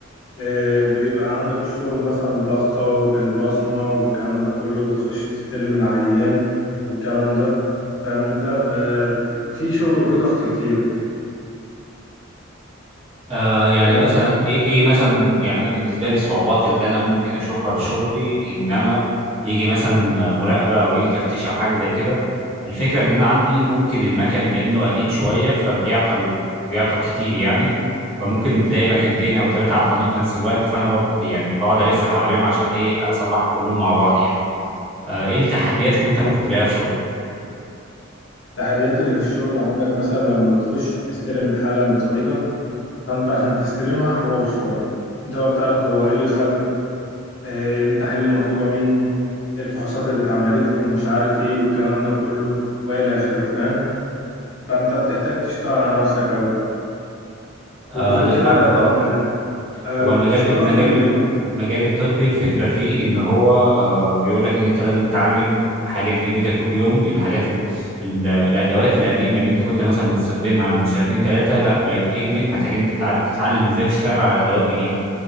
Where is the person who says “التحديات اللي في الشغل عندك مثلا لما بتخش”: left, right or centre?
Left